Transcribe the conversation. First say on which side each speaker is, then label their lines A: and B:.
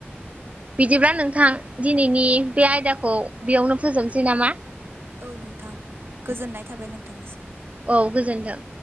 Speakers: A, on the right; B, on the right.
A: दिब्ला नोंथां दिनैनि बे आयदाखौ बेयावनो फोजोबनोसै नामा
B: औ नोंथां गोजोननाय थाबाय नोंथांनिसिम
A: औ गोजोन्थों